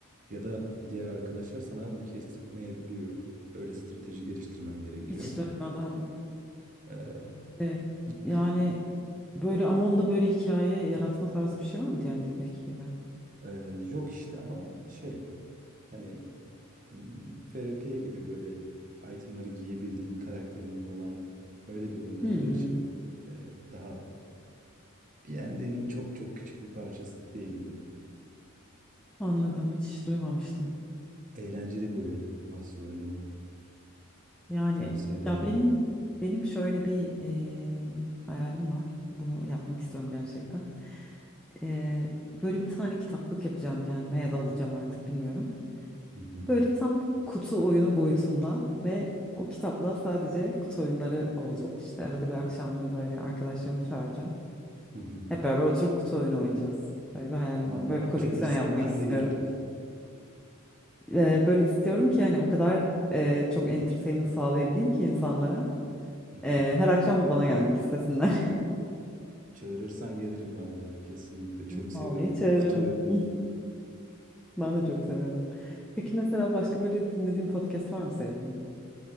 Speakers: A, on the right; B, in the centre.
A: Ya da diğer arkadaşlar sana onu kestirtmeyebiliyor. Öyle strateji geliştirmen gerekiyor.
B: Hiç duymadan.
A: E,
B: e,
A: hiç-
B: yani böyle ama onda böyle hikaye yaratma tarzı bir şey var mı D&D'deki gibi?
A: e, yok işte ama şey hani mm, FRP gibi böyle itemları giyebildiğin karakterinin olan böyle bir oyun olduğu
B: Hmm,
A: için e, daha D&D'nin çok çok küçük bir parçası diyebildim.
B: anladım hiç duymamıştım.
A: Eğlenceli bir oyun. Masa oyunu.
B: Yani
A: Tavsiye ederim.
B: ya benim benim şöyle bir e, hayalim var. Bunu yapmak istiyorum gerçekten. E, böyle bir tane kitaplık yapacağım kendime ya da alacağım artık bilmiyorum.
A: Hı hı.
B: Böyle tam kutu oyunu boyutunda ve o kitapla sadece kutu oyunları olacak. İşte arada bir akşamları böyle arkadaşlarımı çağıracağım.
A: Hı hı.
B: Hep beraber oturup kutu oyunu oynayacağız. Böyle bir hayalim
A: Valla
B: var. Böyle bir koleksiyon
A: çağırırsan
B: yapmak
A: ben
B: istiyorum.
A: de gelirim.
B: Ee, böyle istiyorum ki hani o kadar e, çok entertainment sağlayabileyim ki insanlara.
A: Hı hı.
B: Ee, her akşam bana gelmek istesinler.
A: Çağırırsan gelirim ben de ya. Kesinlikle
B: <laughs>
A: çok
B: Vallahi
A: seviyorum
B: çağırırım.
A: kutu oyunlarını.
B: <laughs> Ben de çok seviyorum. Peki mesela başka böyle dinlediğin podcast var mı sevdiğin?